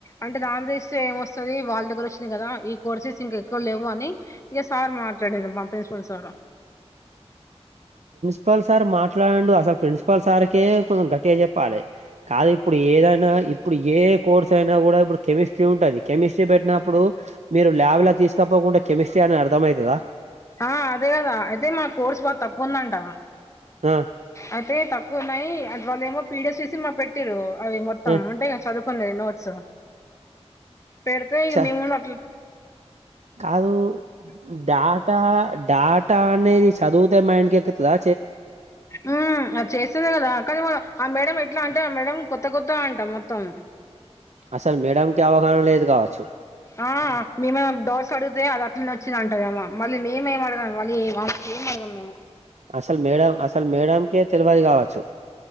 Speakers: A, on the left; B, on the right.
A: అంటే రాంరేష్తో ఏమొస్తది వాళ్ళ దగ్గర్ వచ్చినయి గదా ఈ కోర్సెస్ ఇంకా ఎక్కు లెవ్వు అని ఇగ సార్ మాట్లాడిండు మా ప్రిన్సిపల్ సార్
B: ప్రిన్సిపల్ సార్ మాట్లాడిండు అసల్ ప్రిన్సిపల్ సార్కే కొంచం గట్టిగా చెప్ ప్పాలె కాదు ఇప్పుడు ఏదైనా ఇప్పుడు ఏ కోర్స్ అయినా గుడా ఇప్పుడు కెమిస్ట్రీ ఉంటంది కెమిస్ట్రీ పె పెట్టినప్పుడు మీరు ల్యాబ్ల తీస్కపోకుంటే కెమిస్ట్రీ అని అర్థం అయితదా
A: ఆ అదే కదా అయితే మా కోర్స్ బాగా తక్కోఉందంట
B: ఆ
A: అయితే తక్కువ ఉన్నాయి అట్ వాల్లేమో పీడిఎఫ్ చేసి మాక్ పెట్టింరు అవి మొత్తం
B: ఆ
A: ఉంటాయి చదువుకునేది నోట్స్ పెడ్తే ఇగ
B: చ
A: మేం గుడ అట్ల
B: కాదు డాటా డాటా అనేది సదువుతే మైండ్ కెక్కుతదా
A: మ్ అద్ చేస్తేనే కదా కనీ మనం ఆ మేడం ఎ ఎట్ల అంటే ఆ మేడం కొత్త కొత్త అంటా మొత్తం.
B: అసలు మేడం కి అవగాహన లేదు కావచ్చు
A: ఆ మేం ఏమన్న డౌట్స్ అడుగుతే అద నుంచి అచ్చింద్ అంటదేమ మళ్ళీ నేమ్ ఏం అడగాలె మళ్ళీ వాళ్ళక్ ఏం అర్థం కాదు.
B: అసల్ మేడం అసల్ మేడంకే తెల్వది కావచ్చు.